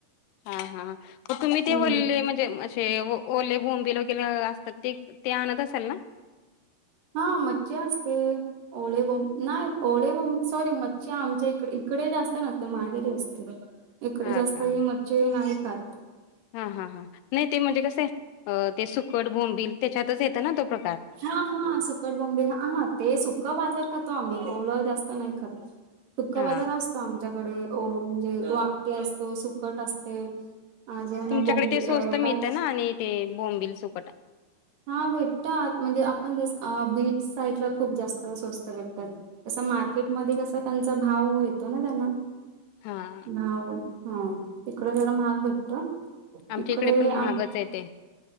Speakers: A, on the left; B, on the right.
A: हा हा तुम्ही
B: हम्म
A: ते बोलले म्हणजे े ओले बोंब वगैरे असतात ते ते आणत असाल ना
B: हा मज्जा असते. ओळेबोम नाही ओळेबोंब सॉरी मच्छी आमच्या इकडे इकडे जास्त नसते माहेरी असते. इकडे
A: हा
B: जास्त
A: का
B: ही मज्जे नाही खातं.
A: हा हा हा नाही ते म्हणजे कस आहे ते सुकट बोंबिल त्याच्यातच येतं ना तो प्र
B: हा हा सुकट बोंबी हा ते सुक बाजार खातो आम्ही ओलं जास्त नाही खातो. सुक्का
A: हा
B: बाजार असतो आमच्याकडे म्हणजे वाकटे असतो सुकट असते. अजो
A: तुमच्याकडे
B: ना बॉम्बे
A: ते स्वस्त
B: अ
A: मिळतं
B: काय
A: ना आणि ते बोंबिल सुकटा
B: हा भेटतात म्हणजे आपण जस बीच साईडला खूप जास्त स्वस्त भेटतात. तस मार्केटमध्येध्ये कसा त्यांचा भाव येतो ना त्यांना
A: हा
B: भाऊ हा तिकड जरा महाग भेटत.
A: आमच्या
B: इकडे
A: पण महागच
B: आम
A: आहे ते